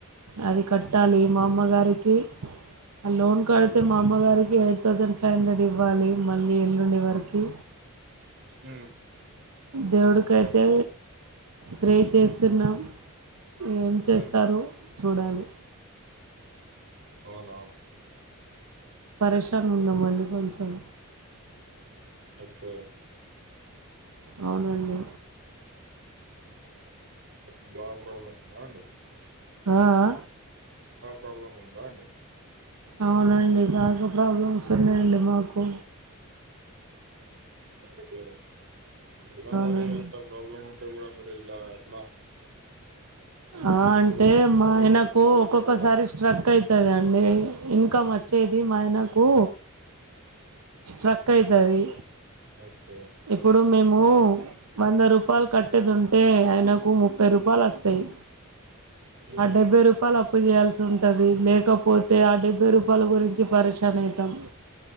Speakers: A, on the right; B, on the right.
A: అది కట్టాలి
B: ఓకే
A: మా అమ్మగారికి లోన్ కడితే
B: హ్మ్,
A: మా అమ్మగారికి ఎయిట్ థౌసండ్ ఫైవ్ హుం్రేడ్ ఇవ్వాలి మళ్ళీ ఎల్లుండి వరకి
B: మ్
A: దేవుడికైతే ప్రేర్ చేస్తున్నాం ఏం చేస్తారో
B: హ్మ్.
A: చూడాలి
B: అవునా
A: పరేషాన్ ఉన్నామండి కొంచెం
B: ఓకే
A: అవునండి
B: <unintelligible> అండి
A: ఆ ఆ
B: ప్రాబ్లమ్ ఉందా అండి
A: అవునండి బాగా ప్రాబ్లమ్స్ ఉన్నాయండి మాకు
B: ఓకే ఇలా
A: అవునండి
B: మరి ఎంత ప్రాబ్లం ఉంటే కూడా మీరు ఇలా ఎట్లా
A: ఆ అంటే
B: ఏదో
A: మా
B: ఆలోచించి
A: ఆయనకు
B: చేయాలి
A: ఒక్కొక్కసారి
B: కదా
A: స్ట్రక్ అయి తదండి ఇన్కం వచ్చేది మా ఆయనకు స్ట్రక్ అయితది
B: ఓ
A: ఇప్పుడు మేము వంద రూప్ పాయలు కట్టేదింటే ఆయనకు ముప్పై రూపాయలు వస్తాయి
B: ఉమ్.
A: ఆ డెబ్బై రూపాయలు అప్పు చేయాల్సి ఉంటది లేకపోతే ఆ డెబ్బై రూపాయల గురి పరిషాన్ అయితం